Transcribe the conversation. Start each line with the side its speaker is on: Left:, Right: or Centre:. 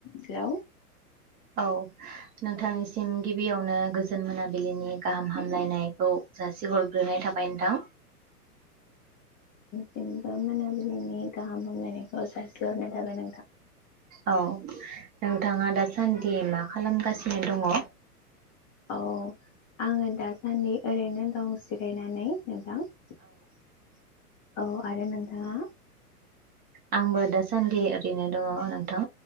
Left: Hello
Right: औ नोंथांनिसिम गिबियावनो गोजोन मोनाबिलिनि गाहाम हामलायनायखौ जासिहरग्रोनाय थाबाय नोंथां
Left: जेनेबा मोनाबिलिनि गाहाम हामलायखौ जासि हरनाय थाबाय नोंथां
Right: औ नोंथाङा दासान्दि मा खालामगासिनो दङ?
Left: औ आङो दासान्दि ओरैनो दं जिरायनानै नोंथां औ आरो नोंथाङा?
Right: आंबो दासान्दि ओरैनो दङ नोंथां